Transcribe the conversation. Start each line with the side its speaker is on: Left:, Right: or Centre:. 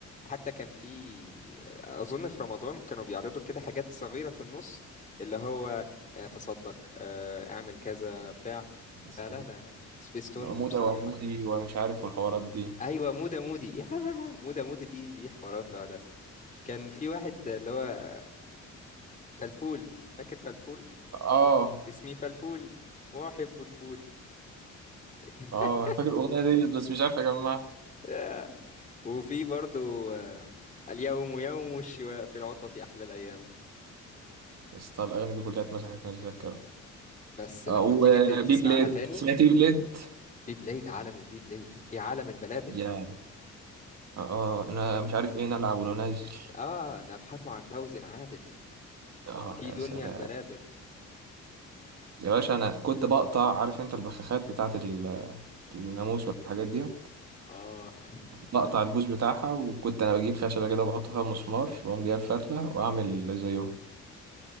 Left: حتى كان في أظن في رمضان كانوا بيعرضوا كده حاجات صغيرة في النص اللي هو آه، تصدق آه، اعمل كذا بتاع
Right: بس
Left: فلا لا سبيستون
Right: عمودة
Left: بصراحة
Right: وعمودي ومش عارف والحوارات دي
Left: أيوة مودة مودي يا مودة مودي دي دي حوارات لوحدها كان في واحد اللي هو فلفول فاكر فلفول
Right: اه
Left: اسمي فلفول وأحب الفول <laughs>
Right: اه انا فاكر الاغنيه دي بس مش عارف اجمع
Left: آه. وفي برضو آه، اليوم يوم الشواء في العطلة أحلى الأيام
Right: اسطى الاغاني دي كلها اتمسحت من الذاكره
Left: بس لما
Right: آه وبي
Left: تيجي ت- تسمعها
Right: بليد
Left: تاني
Right: سمعت بي بليد
Left: بي بلايد عالم البي بلايد في عالم البلابل
Right: يا اه آه، انا مش عارف ايه نلعب وننزل
Left: آه نبحث عن فوز عادل
Right: اه
Left: في
Right: يا
Left: دنيا
Right: سلام
Left: البلابل
Right: يا باشا انا كنت بقطع عارف انت البخاخات بتاعت ال- الناموس والحاجات دي
Left: آه <laughs>
Right: بقطع البوز بتاعها وكنت انا بجيب خشبه كده وبحط فيها مسمار واقوم جايب فتله واعمل زيهم